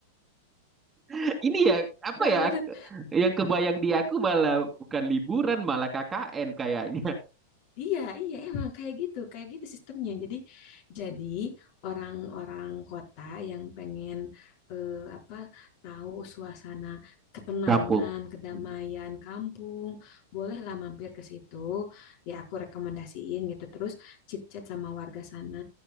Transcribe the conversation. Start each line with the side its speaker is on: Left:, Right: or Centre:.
Right: <laughs> Ini ya apa
Left: Bener-bener.
Right: ya? Yang kebayang di aku malah bukan liburan, malah KKN kayaknya.
Left: Iya, iya, emang kayak gitu, kayak gitu sistemnya. Jadi, jadi orang-orang kota yang pengen eh, apa tahu suasana ketenangan,
Right: Kampung.
Left: kedamaian
Right: Hmm.
Left: kampung, bolehlah mampir ke situ. Ya, aku rekomendasiin gitu. Terus chit-chat sama warga sana,